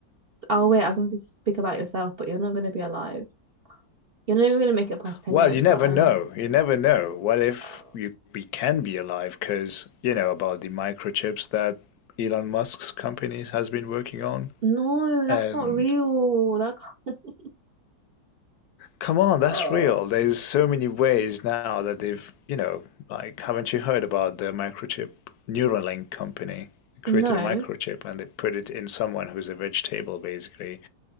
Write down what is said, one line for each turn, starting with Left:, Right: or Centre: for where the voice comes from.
Right: Oh wait, I was going to speak about yourself, but you're not going to be alive. You're not even going to make it past ten
Left: Well,
Right: years.
Left: you never
Right: But um,
Left: know. You never know. What if
Right: uh,
Left: you, we can be alive? Because you know about the microchips that Elon Musk's company has been working on,
Right: no, that's
Left: and
Right: not real. That can't- <laughs>
Left: Come on, that's
Right: Oh.
Left: real. There's so many ways now that they've, you know, like, haven't you heard about the microchip Neuralink company? Created
Right: no.
Left: a microchip and they put it in someone who's a vegetable, basically,